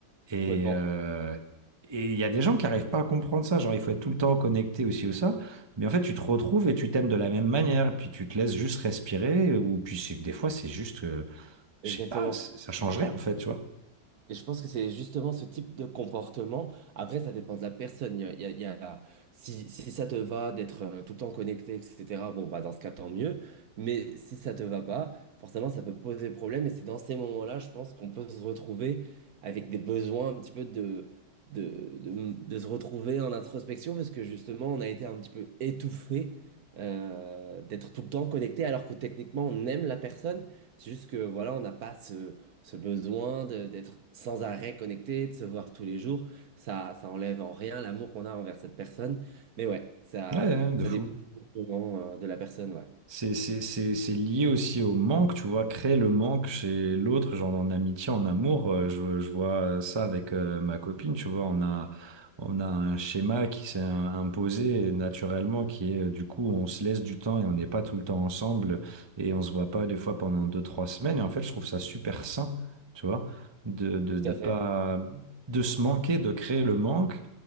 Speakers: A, on the right; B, on the right.
A: Et,
B: Complètement.
A: euh, et il y a des gens qui n'arrivent pas à comprendre ça. Genre, il faut être tout le temps connecté aussi ou ça. Mais en fait, tu te retrouves et tu t'aimes de la même manière. Puis tu te laisses juste respirer. Ou puis c'est- des fois, c'est juste, que, je
B: Exactement.
A: sais pas, c'est- ça change rien en fait, tu vois.
B: Et je pense que c'est justement ce type de comportement. Après, ça dépend de la personne. Il y a, il y a- il y a- si, si ça te va d'être euh, tout le temps connecté, etc., bon, bah, dans ce cas, tant mieux. Mais si ça te va pas, forcément, ça peut poser problème. Et c'est dans ces moments-là, je pense qu'on peut se retrouver avec des besoins un petit peu de, de, de, de se retrouver en introspection, parce que justement, on a été un petit peu étouffé euh, d'être tout le temps connecté, alors que techniquement, on aime la personne. C'est juste que, voilà, on n'a pas ce ce besoin de- d'être sans arrêt connecté, de se voir tous les jours, ça, ça enlève en rien l'amour qu'on a envers cette personne. Mais ouais, ça,
A: Ouais, ouais, de
B: ça
A: fou.
B: dépend vraiment, euh, de la personne, ouais.
A: C'est c'est- c'est- c'est lié aussi au manque, tu vois, créer le manque chez l'autre, genre en amitié, en amour. euh, Je, je vois ça avec euh, ma copine, tu vois, on a, on a un schéma qui s'est im- imposé naturellement, qui est euh, du coup, on se laisse du temps et on n'est pas tout le temps ensemble et on se voit pas des fois pendant deux, trois semaines. Et en fait, je trouve ça super sain, tu vois, de, de,
B: Tout
A: de
B: à
A: pas,
B: fait.
A: de se manquer, de créer le manque